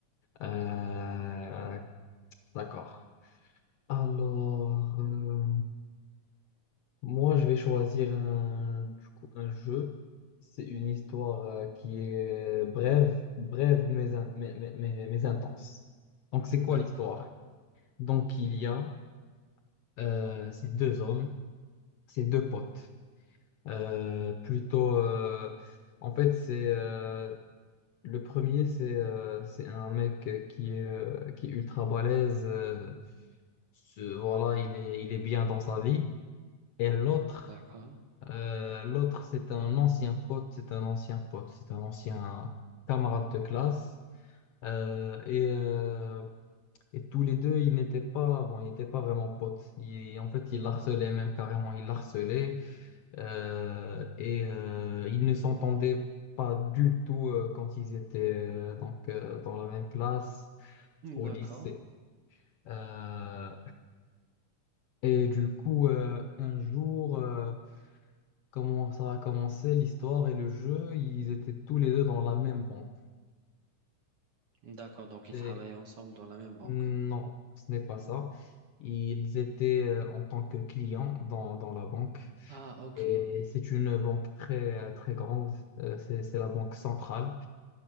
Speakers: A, on the left; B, on the right.
A: Euh, d'accord. Alors, euh, moi, je vais choisir un, du coup, un jeu. C'est une histoire euh, qui est brève, brève mais, in- mais, mais, mais- mais intense. Donc, c'est
B: D'accord.
A: quoi l'histoire? Donc, il y a euh, ces deux hommes, ces deux potes. Euh, plutôt, euh, en fait, c'est euh, le premier, c'est euh, c'est un mec qui est, euh, qui est ultra balèze. euh, ce- voilà, il est, il est bien dans sa vie. Et l'autre,
B: D'accord.
A: euh, l'autre, c'est un ancien pote, c'est un ancien pote, c'est un ancien camarade de classe. Euh, et, euh, et tous les deux, ils n'étaient pas, bon, ils n'étaient pas vraiment potes. Ils- en fait, ils l'harcelaient même carrément, ils l'harcelaient. Euh, et euh, ils ne s'entendaient pas du tout euh, quand ils étaient euh, donc, euh, dans la même classe
B: D'accord.
A: au lycée. Euh, et du coup, euh, un jour... euh, comment ça a commencé, l'histoire et le jeu, ils étaient tous les deux dans la même banque.
B: D'accord. Donc, ils
A: Et
B: travaillent ensemble dans la même banque.
A: non, ce n'est pas ça. Ils étaient euh, en tant que clients dans, dans la banque.
B: Ah, ok.
A: Et c'est une banque très, très grande. Euh, c'est, c'est la banque centrale.